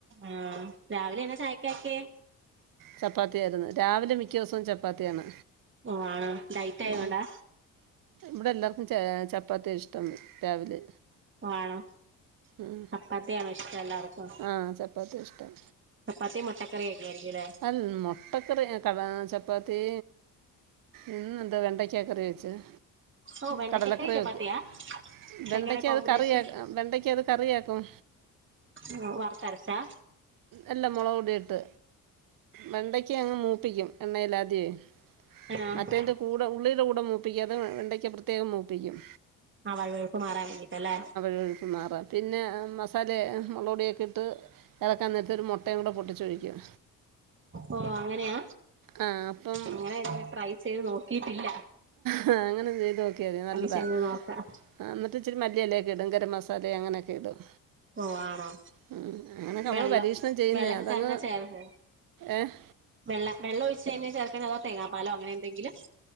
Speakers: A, on the right; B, on the right.
A: ഉം രാവിലെ എന്നാ ചായക്കാക്കിയേ?
B: ചപ്പാത്തിയായിരുന്നു രാവിലെ മിക്ക ദിവസവും ചപ്പാത്തിയാണ്.
A: ഓഹ് ആണോ ഡൈറ്റ് ആയതോണ്ടാ?
B: ഉം. ഇവിടെ എല്ലാർക്കും ചെ ചപ്പാത്തിയ ഇഷ്ടം രാവിലെ
A: ആണോ
B: ഉം.
A: പ്പാത്തിയാണോ ഇഷ്ടം എല്ലാർക്കും
B: ആ ചപ്പാത്തി ഇഷ്ടം
A: ച പ്പാ ത്തിം മുട്ടക്കറിവൊക്കൊയിരിക്കുല്ലേ?
B: അൽ മൊ- ട്ടക്കറി കട ചപ്പാത്തി ഇന്ന് എന്ത വെണ്ടയ്ക്കക്കറി വെച്ച്-
A: ഓ വെണ്ടക്കക്കറി
B: കടലക്കറി
A: ചപ്പാത്തിയാ
B: വെക്കു വെണ്ടയ്ക്ക
A: എങ്ങനെ കോമ്പിനേഷൻ
B: അത് കറിയ വെണ്ടയ്ക്ക അത് കറിയാക്കും.
A: ഓഹ് വർത്തരച്ച
B: അല്ലാ മൊളൊടിയിട്ട് വെണ്ടയ്ക്ക അങ്ങ് മൂപ്പിക്കും. എണ്ണയിലധ്യവേ
A: ആഹ്
B: മറ്റേന്റേ കൂടെ ഉള്ളിടെ കൂടെ മൂപ്പിക്കാതെ വെണ്ടയ്ക്ക പ്രത്യേകം മൂപ്പിക്കും
A: ആഹ് വഴുവഴുപ്പ് മാറാൻ വേണ്ടിട്ടല്ലേ?
B: ഴുപ്പ് മാറാൻ. പിന്നെ മസാലേ മൊളോടിയൊക്കെ ഇട്ട് എ റക്കാൻ നേരത്ത് ഒരു മുട്ടയും കൂടെ പൊട്ടിച്ചൊഴിക്കും.
A: ഓഹ് അങ്ങനെയാ
B: ആ അപ്പം
A: അങ്ങനെ ഞ ട്രൈ ചെയ്ത് നോക്കീട്ടില്ല.
B: ഹ.. അങ്ങനെ ചെയ്ത് നോക്കിയതി നല്ലതാ
A: ചെയ്ത് നോക്കാം
B: ആഹ് എന്നട്ടി ച്ചിരി മല്ലിഎലഒക്കെ ഇടും ഗരം മസാല അങ്ങനൊക്കെ ഇടും.
A: ഓ ആണോ
B: ഉം.. അങ്ങനൊക്കെ മ്മ
A: വെള്ളം
B: വള് പരീക്ഷണം ചെയ്യുന്നെയ
A: വെള്ളത്തിൽ
B: അതങ്ങ്
A: തന്നെ ചേർക്ക
B: ഏഹ്.
A: വെള്ള വെള്ള ഒയിച്ച ന്നയ ചേർക്കണോ അതോ തേങ്ങാപാലോ അങ്ങനെന്തെങ്കിലും?